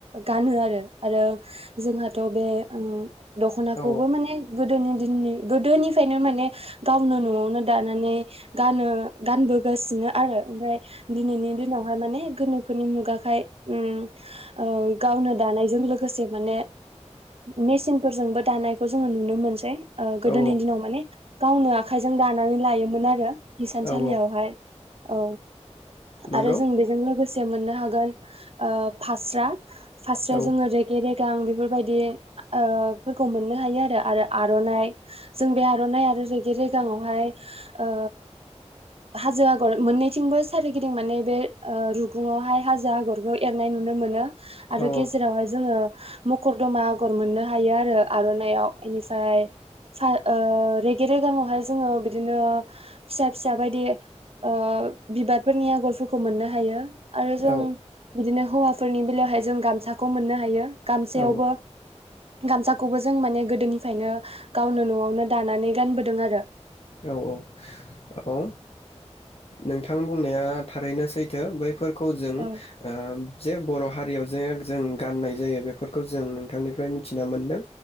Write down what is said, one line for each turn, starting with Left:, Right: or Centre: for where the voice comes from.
Right: गानो आरो आरो जोंहाथ' बे ओ दख'नाखौबो
Left: औ
Right: माने गो गोदोनि दिननि गोदोनिफ्रायनो माने गावनो न'आवनो दानानै गानो। गानबोगासिनो आरो ओमफ्राय दिनैनि दिनावहाय माने गोनोखोनि मुगाखाय ओम ओ गावनो दानायजों लोगोसे माने मेसिन फोरजोंबो दानाय खौ जोङो नुनो मोनसे ओ गोदोनि
Left: औ
Right: दिनाव माने गावनो आखाइजों दानानै लायोमोन आरो हिसानसालियावहाय
Left: औ
Right: औ
Left: नंगौ
Right: आरो जों बेजों लोगोसे मोननो हागोन। ओ फास्रा फास्रायाव
Left: औ
Right: जों रेगे रेग दा आं बिफोरबायदि ओ फोरखौमोननो हायो आरो आर'नाय जों बे आर'नाय आरो रेगे रेगांयाव हाय ओ हाजो आगर मोननैथिंबो सारिगिदिं माने बे ओ रु रुङावहाय हाजो आगरखौ एरनाय नुनो मोनो। आरो
Left: औ
Right: गेजेरावहाय जोङो मखरदमा आगर मोननो हायो आरो आर'नायाव इनिफ्राय सा ओ रेगे रेगांवहाय जोङो बिदिनो फिसा फिसा बायदि ओ बिबारफोरनि आगरफोरखौ मोननो हायो आरो जों
Left: औ
Right: बिदिनो हौवाफोरनि बेलायावहाय जों गामसाखौ मोननो हायो। गामसायावबो
Left: औ
Right: गामसाखौबो जों माने गोदोनिफ्रायनो गावनो न'आवनो दानानै गानबोदों आरो।
Left: औ औ औ ओ नोंथां बुंनाया थारैनो सैथो बै खौ जों
Right: औ
Left: ओ जे बर' हारियाव जे जों गाननाय जायो बेफोरखौ जों नोंथांनिफ्राय मिथिना मोन्दों